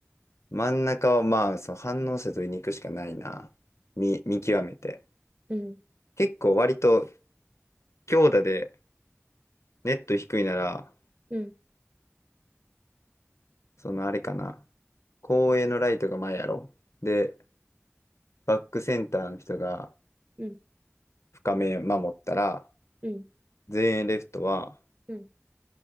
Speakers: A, on the left (about 85°); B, on the right (about 30°).
A: 真ん中はまあ、その反応性とに行くしかないな。見、見極めて。
B: うん、
A: 結構割と強打でネット低いなら、
B: うん、
A: そのあれかな。後衛のライトが前やろ。で、バックセンターの人が
B: うん、
A: 深め守ったら、
B: うん、
A: 前衛レフトは
B: うん、うん、